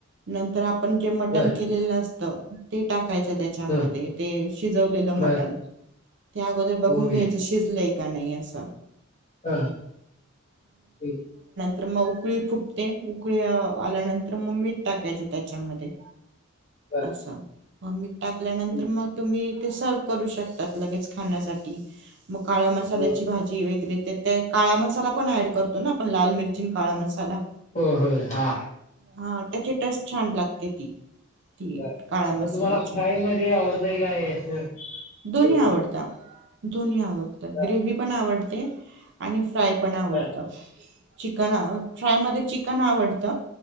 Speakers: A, on the right; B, on the left.
A: नंतर आपण जे मटण
B: बर
A: केलेलं अस त ते टाक टकायच त्याच्यामध्ये
B: हा.
A: ते शिजवलेलं
B: बर
A: मटण ते अगोदर बघून
B: ओके
A: घ्यायच शिजलंय का नई अस
B: हा ठीक
A: तर मग उकळी फुटते, उकळी अ आल्यानंतर म मीठ टाकायचं त्याच्यामध्ये.
B: बर
A: असं म मीट टाकल्यानंतर
B: हं.
A: मग तुम्ही ते सर्व्ह करू शकतात लगेच खाण्यासाठी, मग काळ्या मसाल्याची
B: हं.
A: भाजी वगैरे <unintelligible> काळा मसाला पण ऍड करतो ना आपण लाल मिरची काळा मसाला?
B: हो हो, हा.
A: हा त्याची टेस्ट छान लागते ती ती
B: आ
A: काळ्या मसाल्याची
B: म तुम्हाला फ्राय मध्ये आवडतय काय? असं
A: दोन्ही
B: ग्रेव्ही?
A: आवडता, दोन्ही आवडतात
B: हा.
A: ग्रेव्ही पण आवडते आणि फ्राय पण आवडत,
B: हा.
A: चिकन अ फ्राय मध्ये चिकन आवडत.